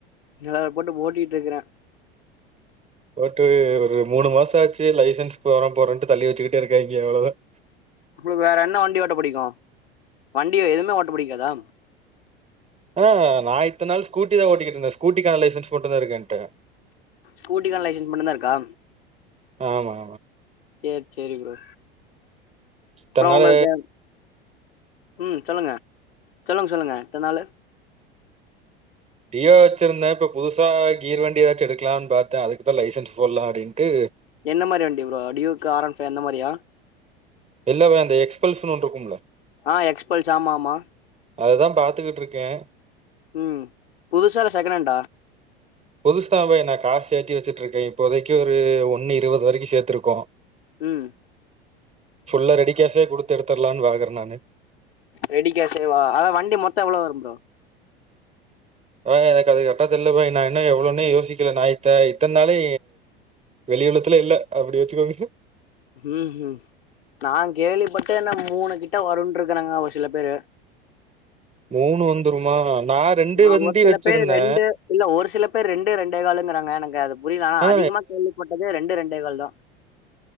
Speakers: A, on the left; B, on the right.
A: அ போட்டு ஓட்டிட்டு இருக்கறேன்
B: போட்டு ஒரு மூணு மாசம் ஆச்சு லைசன்ஸ் போட போரோன்ட்டு தள்ளி வச்சுக்கிட்டே இருக்கேன் இங்க அவ்வளோதான்
A: உங்களுக்கு வேற என்ன வண்டி ஓட்ட புடிக்கும் வண்டிய எதுவுமே ஓட்ட பிடிக்காதா
B: ஆ நான் இத்தன் நாள் ஸ்கூட்டிதான் ஓட்டிட்டு இருந்தன் ஸ்கூட்டிக்கான லைசன்ஸ் மட்டும் தான் இருக்கு எண்ட
A: ஸ்கூட்டிகான லைசன்ஸ் மட்டும் தான் இருக்கா
B: ஆமா
A: செர் செரி ப்ரோ
B: இத்தன்னால
A: அப்றோ உங்களுக்கு ம் சொல்லுங்க சொல்லுங்க சொல்லுங்க இத்த நாள்
B: டியோ வச்சிருந்தேன் இப்போ புதுசா கீர் வண்டி எதாச்சும் எடுக்கலாம்னு பார்த்தேன் அதுக்குதான் லைசன்ஸ் போடலாம் அப்படின்ட்டு
A: என்ன மாதிரி வண்டி ப்ரோ டியூக்கு ஆரன் ஃபை அந்த மாதிரியா
B: இல்ல ப்ரோ அந்த எக்ஸ்பல்சனு ஒன்னு இருக்கும் ப்ரோ
A: ஆ எக்ஸ்பல்ஸ் ஆமா ஆமா
B: அததான் பாத்துக்கிட்டு இருக்கேன்
A: ம் புதுசா இல்ல செகண்ட் ஹண்டா
B: புதுசு தான் ப்ரோ நான் காசு சேர்த்தி வச்சுட்டு இருக்கேன் இப்போதைக்கு ஒரு ஒன்னு இருபது வரைக்கும் சேர்த்திருக்கோம்
A: ம்
B: ஃபுல்ல ரெடி கேஸே கொடுத்துட எடுத்தர்லான்னு பாக்குறேன் நான்
A: ரெடி கேஷ்சேவா அத வண்டி மொத்தம் எவ்வளோ வரும் ப்ரோ
B: ஆ எனக்கு அது கரட்டா தெரியல பாய் நான் இன்னும் எவ்வளவுன்னே யோசிக்கல நான் இத்த இத்தனாலு வெளியினத்துல்ல அப்படி வச்சுக்கோங்கு
A: உகும் நான் கேள்வி பட்டேன் என்ன மூணு கிட்ட வருரும் இருக்கிறேங்க ஒரு சில பேரு
B: மூணு வந்துருமா நா ரெண்டு
A: ந
B: வண்டி
A: ஒரு சில
B: வச்சிருந்தே
A: பேர் ரெண்டு இல்ல ஒரு சில பேர் ரெண்டு ரெண்டே காளுங்கிறாங்க எனக்கு அது புரியல ஆனா
B: ஆ
A: அதிகமா கேள்வி பட்டதுே ரெண்டு ரெண்டைகள் தான்